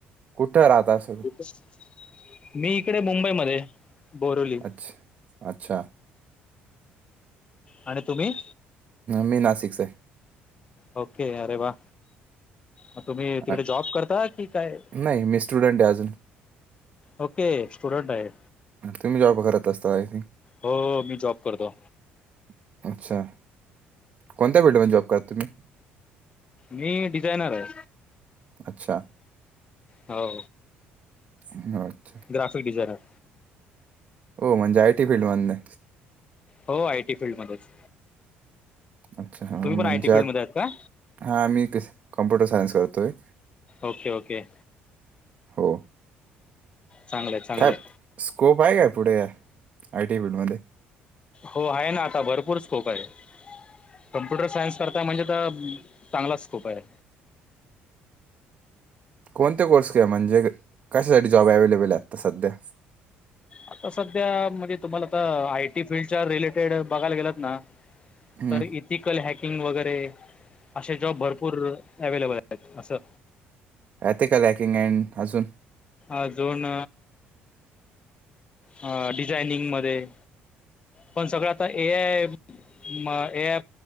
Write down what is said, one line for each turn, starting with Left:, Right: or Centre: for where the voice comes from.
Right: कुठं राहतस?
Left: <inaudible> मी इकडे मुंबई मध्ये बोरवली.
Right: अच्छा अच्छा.
Left: आणि तुम्ही?
Right: मी नाशिक से.
Left: ओके, अरे वा! मग तुम्ही तिकडे
Right: अ-
Left: जॉब करता, कि काय? <inaudible>
Right: नाही मी स्टुडंट आहे अजून
Left: ओके, स्टुडंट आहे. <inaudible>
Right: तुम्ही जॉब करत असता आय थिंक
Left: हो मी जॉब करतो.
Right: <inaudible> अच्छा! <inaudible> कोणत्या फिल्ड मध्ये जॉब करता तुम्ही?
Left: मी डिझायनर आहे.
Right: अच्छा.
Left: हो.
Right: चांगलं वाटतं.
Left: Graphic designer.
Right: हो, म्हणजे आय टी फिल्ड मध्यनये
Left: हो, आ टी फील्ड मध्येच.
Right: अच्छा हा,
Left: तुम्ही
Right: म्हणजे
Left: पण आय टी फील्ड
Right: आत
Left: मध्ये आहेत का?
Right: हां. मी ते, कम्प्युटर सायन्स करतोय.
Left: Okay okay.
Right: हो.
Left: चांगलंय चांगलंय.
Right: काय स्कोप आहे काय पुढे आय टी फील्डमध्ये?
Left: हो आहे ना आता भरपूर स्कोप आहे. कम्प्युटर सायन्स करता म्हणजे तर चांगला स्कोप आहे.
Right: कोणते कोर्स के म्हणजे कशासाठी जॉब अव्हेलेबल आहे आता सध्या?
Left: आता सध्या म्हणजे तुम्हाला आता आयटी फील्डच्या रिलेटेड बघायला गेलात ना!
Right: हम्म
Left: तर इथिकल हॅकिंग वगैरे असे जॉब भरपूर अव्लेबल आहेत असं.
Right: एथिकल हॅकिंग ऍड अजून
Left: अजून.. ह डिझायनिंग मध्ये पण सगळं आता ए आय मग एय